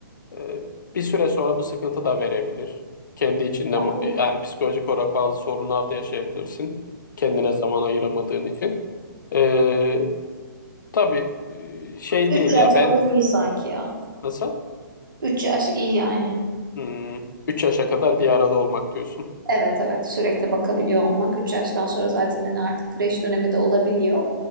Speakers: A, on the left; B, on the right.
A: Ee, bir süre sonra bu sıkıntı da verebilir. Kendi içinde
B: Yani bir
A: yani psikolojik olarak bazı sorunlar da yaşayabilirsin. Kendine zaman ayıramadığın için. Ee, tabii e, şey
B: 3
A: değil
B: yaş
A: ya ben
B: falan iyi sanki ya.
A: nasıl?
B: 3 yaş iyi yani.
A: Hmm, 3 yaşa kadar bir arada olmak diyorsun.
B: Evet evet sürekli bakabiliyor olmak. 3 yaştan sonra zaten hani artık kreş dönemi de olabiliyor.